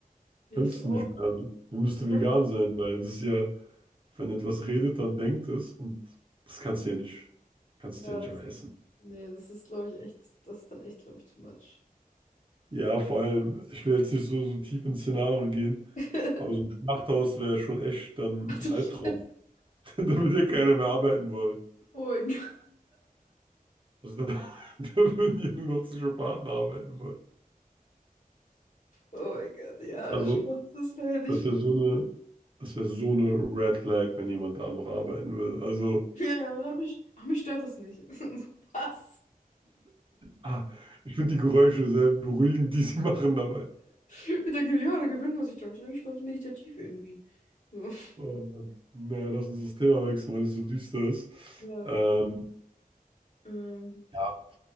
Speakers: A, on the left; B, on the right.
A: Ja,
B: Könntest
A: ich glaube
B: du nicht mehr.
A: auch.
B: Also, man müsste vegan
A: ne?
B: sein, weil das ist ja, wenn etwas redet, dann denkt es und das kannst du ja nicht, kannst
A: Ja,
B: du ja nicht
A: das,
B: einfach essen.
A: nee, das ist, glaube ich, echt, das ist dann echt, glaube ich, too much.
B: Ja, vor allem, ich will jetzt nicht so, so tief ins Szenario gehen.
A: <laughs>
B: Aber so ein Schlachthaus wäre schon echt dann
A: Ach du
B: ein Albtraum.
A: Scheiße.
B: <laughs> Da würde ja keiner mehr arbeiten wollen.
A: Oh mein Gott.
B: Also da, <laughs> da würden ja nur noch Psychopathen arbeiten wollen.
A: Oh mein Gott, ja,
B: Ja. Also
A: stimmt, das wäre ja nicht.
B: das wäre so eine, das wäre so eine Red Flag, wenn jemand da noch arbeiten will. Also,
A: Ja, ja, aber mich, ach, mich stört das nicht. <laughs> Was?
B: ah, ich finde die Geräusche sehr beruhigend, die sie <laughs> machen dabei.
A: <laughs> Da, ge- ja, da gewöhnt man sich dran. Das ist eigentlich ganz meditativ irgendwie. <laughs>
B: Oh Mann. Naja, lass uns das Thema wechseln, weil es so düster ist.
A: So.
B: Ähm,
A: Ja, Ähm,
B: ja,